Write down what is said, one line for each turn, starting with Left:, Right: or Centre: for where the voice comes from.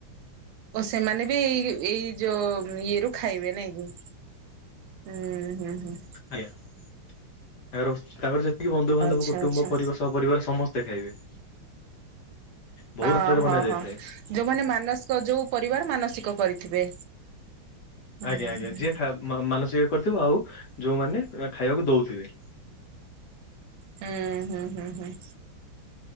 Right: ଓ ସେମାନେ ବି ଏଇ ଏଇ ଯୋଉ ଇଏରୁୁ ଖାଇବେ ନାଇଁ କି, ହୁଁ ହୁଁ ହୁଁ।
Left: ଆଜ୍ଞା ତାଙ୍କର ତାଙ୍କର ଯେ <inaudible> ବନ୍ଧୁବାନ୍ଧବ
Right: ଆଚ୍ଛା
Left: କୁଟୁମ୍ବ
Right: ଆଚ୍ଛା
Left: ପରି ସହପରିବାର ସମସ୍ତେ ଖାଇବେ। ବହୁ
Right: ଅ
Left: ମାତ୍ରାରେ
Right: ହଁ
Left: ବନା ଯାଇଥାଏ
Right: ହଁ ଯୋଉମାନେ ମାନସ୍କ ଯୋଉ ପରିବାର ମାନସିକ କରିଥିବେ। ହୁଁ
Left: ଆଜ୍ଞା
Right: ହୁଁ
Left: ଆଜ୍ଞା
Right: ହୁଁ
Left: ଯିଏ ଖା ମାନସିକ କରିଥିବ ଆଉ ଯୋଉମାନେ <inaudible> ଖାଇବାକୁ ଦଉଥିବେ।
Right: ହୁଁ ହୁଁ ହୁଁ ହୁଁ।